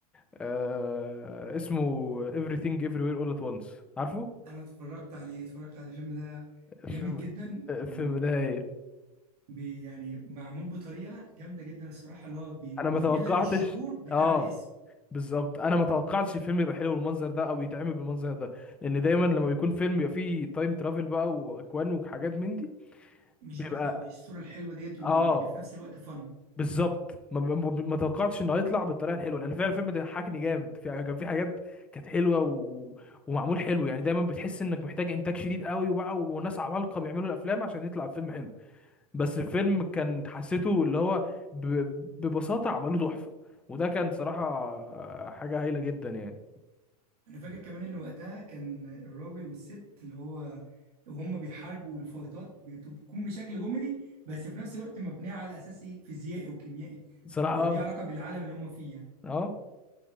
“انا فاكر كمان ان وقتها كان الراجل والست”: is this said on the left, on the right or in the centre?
Right